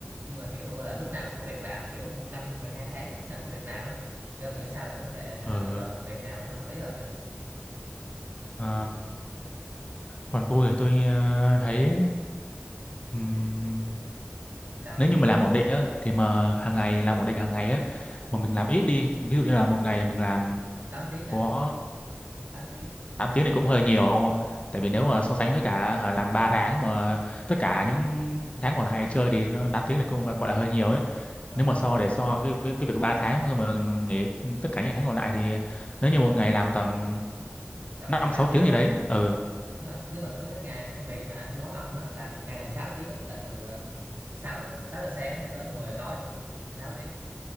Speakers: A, on the right (about 55°); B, on the left (about 30°).
A: nhưng mà kiểu gọi là lúc nào cũng có việc làm kiểu một năm 12 tháng lúc nào cũng có việc làm á thì ông nghĩ sao về vấn đề mà
B: ờ,
A: lựa
B: ờ.
A: chọn công việc nào nó hợp lý hơn nhỉ
B: Ờ, còn tôi thì tôi ờ, thấy ừm,
A: sao
B: nếu như mà làm ổn định á thì mà
A: ừ.
B: hàng ngày làm ổn định hàng ngày á
A: ừ.
B: mà mình làm ít đi ví dụ như là một ngày mình làm
A: 8 tiếng nha
B: có
A: tám tiếng
B: 8 tiếng thì cũng hơi nhiều không ạ tại vì nếu mà so sánh với cả hả, làm 3 tháng mà tất cả những tháng còn lại chơi thì nó 8 tiếng thì cũng gọi là hơi nhiều ấy
A: ờ,
B: nếu mà so để so với, với, với việc 3 tháng xong mà nghỉ tất cả những tháng còn lại thì nếu như một ngày làm tầm
A: tầm
B: 5
A: mười sáu
B: 6
A: tiếng
B: tiếng
A: đó
B: gì đấy ừ
A: nhưng mà nếu mà đối với ngày công việc mà tôi nói ông á là một ngày 16 tiếng á, là từ ờ, sáu 6 giờ sáng cho tới 10 giờ tối 16 tiếng